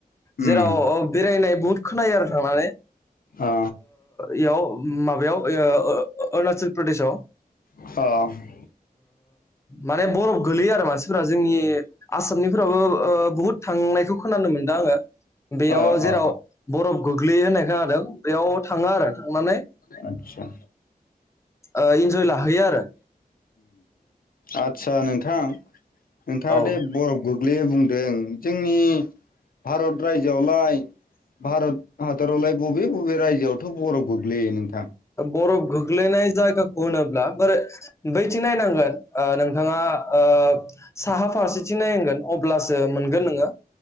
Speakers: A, on the left; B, on the left.
A: उम
B: जेराव बेरायनाय बुहुत खोनायो आरो थांनानै
A: अ
B: इयाव माबा अरणाचल प्रदेशआव
A: अ अ
B: माने बरफ गोलैयो आरो फोरा जोंनि आसामनिफोराबो बुहुद थांनायखौ खोनानो मोन्दों आंङो बेयाव
A: अ
B: जेराव बरफ गोग्लै होननाय खोनादों बेयाव थांङो आरो थांनानै
A: आतसा
B: ओ इन्जय लाहैयो आरो
A: आदसा नोंथां नोंथाङा
B: औ
A: दे बरफ गोग्लैयो बुंदों जोंनि भारत रायजोआवलाय भारत हादरावलाय बबे बबे रायजोआवथ' बरफ गोग्लैयो नों
B: बरफ गोग्लैनाय जायगाखौ होनोब्ला बोरै बैथि नायनांगोन नोंथाङा ओओ साहा फारसेथि नायांगोन अब्लासो मोनगोन नोंङो